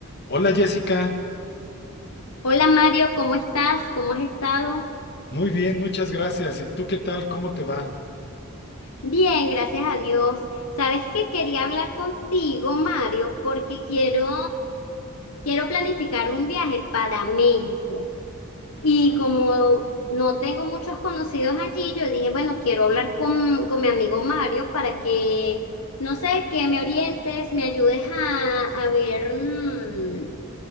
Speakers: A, on the left; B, on the left.
A: Hola Jessica,
B: Hola Mario, ¿cómo estás? ¿Cómo has estado?
A: muy bien, muchas gracias. ¿Y tú qué tal? ¿Cómo te va?
B: Bien, gracias a Dios. ¿Sabes qué? Quería hablar contigo, Mario, porque quiero, quiero planificar un viaje para México. Y
A: Ah,
B: como no tengo muchos conocidos allí, yo dije, bueno, quiero hablar con, con mi amigo Mario para que, no sé, que me orientes, me ayudes a, a ver, mm,